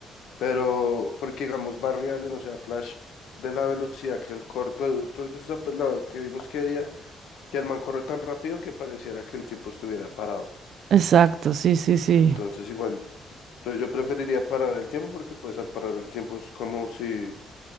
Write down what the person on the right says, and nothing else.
Exacto, sí, sí, sí.